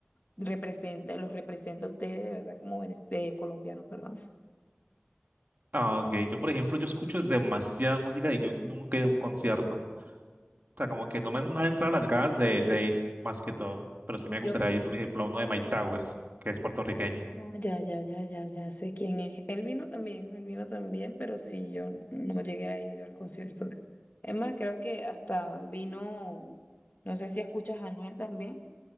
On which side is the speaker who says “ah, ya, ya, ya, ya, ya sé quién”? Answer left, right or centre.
Left